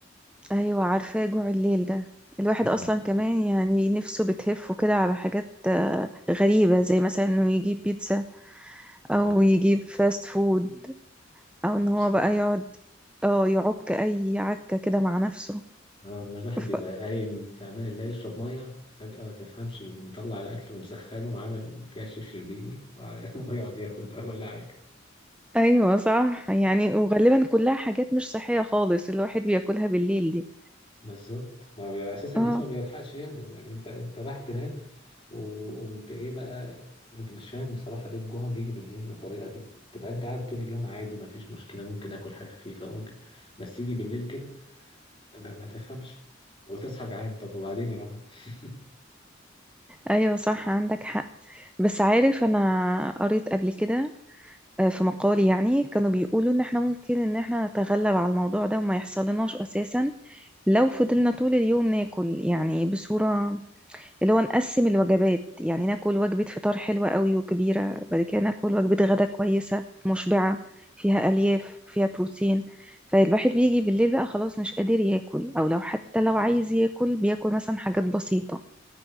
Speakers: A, in the centre; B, on the left (about 25°).
A: ايوه عارفاه جوع الليل ده الواحد
B: امم
A: اصلا كمان يعني نفسه بتهف كده على حاجات آه، غريبة زي مثلا انه يجيب بيتزا
B: اه
A: او يجيب فاست فود او ان هو
B: بصراحه
A: بقى يقعد اه يعك اي عكة كده مع نفسه
B: آه والله الواحد
A: ف...
B: بيبقى قايم في امان الله يشرب ميه فجأة ما تفهمش مطلع الأكل ومسخنه وعامل فيها شيف شربيني <laughs> ويقعد ياكل بقى ولا حاجة
A: ايوه صح يعني وغالبا كلها حاجات مش صحية خالص الواحد بياكلها بالليل دي
B: بالظبط ما بي- اساسا
A: اه
B: جسمه ما بيلحقش يهضم يعني انت انت رايح تنام وقمت ايه بقى انت مش فاهم بصراحه ليه الجوع بيجي بالليل بالطريقه دي تبقى انت قاعد طول اليوم عادي ما فيش مشكله ممكن اكل حاجه خفيفه ممكن بس يجي بالليل كده ما, ما تفهمش وتصحى جعان طب وبعدين يا جماعه <laughs>
A: ايوه صح عندك حق بس عارف انا قريت قبل كده آه، في مقالي يعني كانوا بيقولوا ان احنا ممكن ان احنا نتغلب على الموضوع ده وما يحصلناش اساسا لو فضلنا طول اليوم ناكل يعني بصورة اللي هو نقسم الوجبات يعني ناكل وجبة فطار حلوة قوي وكبيرة بعد كده ناكل وجبة غدا كويسة مشبعة فيها ألياف فيها بروتين فالواحد بيجي بالليل بقى خلاص مش قادر ياكل او لو حتى لو عايز ياكل بياكل مثلا حاجات بسيطة